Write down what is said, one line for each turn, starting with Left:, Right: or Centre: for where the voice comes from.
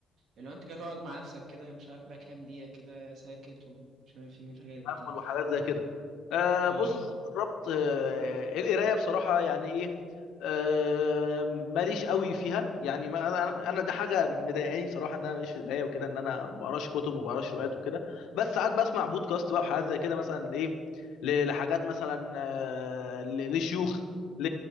Right: اللي هو انت كده تقعد مع نفسك كده مش عارف بقى كام دقيقة كده ساكت ومش عارف ايه والحاجات
Left: تامل
Right: دي
Left: وحاجات زي كده آه
Right: اه
Left: بص جربت آه القرايه بصراحه يعني ايه آه ماليش قوي فيها يعني ما انا انا دي حاجه مضايقاني بصراحه ان انا ماليش في القرايه وكده ان انا ما بقراش كتب وما بقراش روايات وكده بس ساعات بسمع بودكاست بقى وحاجات زي كده مثلا ايه ل- لحاجات مثلا آه ل- لشيوخ ل-